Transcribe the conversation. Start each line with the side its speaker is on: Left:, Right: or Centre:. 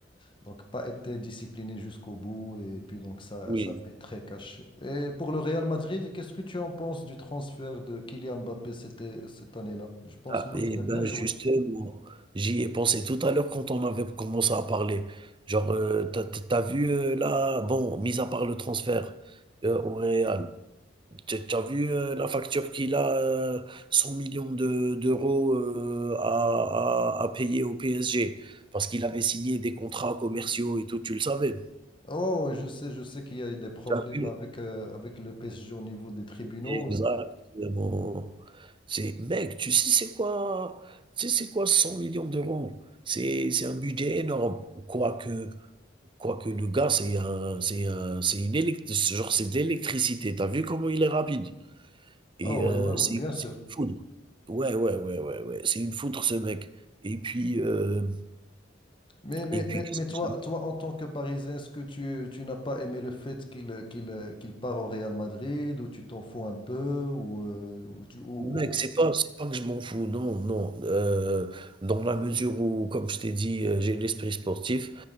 Left: Donc, pas été discipliné jusqu'au bout. Et puis, donc, ça,
Right: oui.
Left: ça paie très cash. Et pour le Real Madrid, qu'est-ce que tu en penses du transfert de Kylian Mbappé c'était, cette année-là? Je pense,
Right: Ah,
Left: moi,
Right: et
Left: qu'il
Right: ben
Left: a bien joué.
Right: justement, j'y ai pensé tout à l'heure quand on avait commencé à parler. Genre, euh, t'as, t'as vu euh, là, bon, mis à part le transfert euh, au Real. T'as t'as vu euh, la facture qu'il a, euh, 100 millions de- d'euros euh, à, à- à payer au PSG, parce qu'il avait signé des contrats commerciaux et tout, tu le savais.
Left: Oh, oh, oh, je sais, je sais qu'il y a eu des problèmes
Right: T'as vu le-
Left: avec, euh, avec le PSG au niveau des tribunaux.
Right: Exactement. C'est, mec, tu sais c'est quoi, tu sais c'est quoi 100 millions d'euros? C'est, c'est un budget énorme. Quoique, quoique le gars, c'est un, c'est un- c'est une élect- genre c'est de l'électricité. T'as vu comment il est rapide? Et
Left: Ah oui,
Right: heu,
Left: ouais, ouais,
Right: c'est
Left: bien sûr.
Right: c'est une foudre. Ouais, ouais, ouais, ouais, ouais, c'est une foudre ce mec. Et puis, heu
Left: Mais, mais,
Right: et puis
Left: mais,
Right: qu'est-ce
Left: mais
Right: que
Left: toi,
Right: j'aime?
Left: toi, en tant que Parisien, est-ce que tu, tu n'as pas aimé le fait qu'il euh, qu'il, euh, qu'il part au Real Madrid ou tu t'en fous un peu ou, euh, ou tu, ou-
Right: Mec, c'est
Left: ou-
Right: pas c'est pas que je m'en fous, non, non, heu, dans la mesure où, comme je t'ai dit, heu, j'ai l'esprit sportif.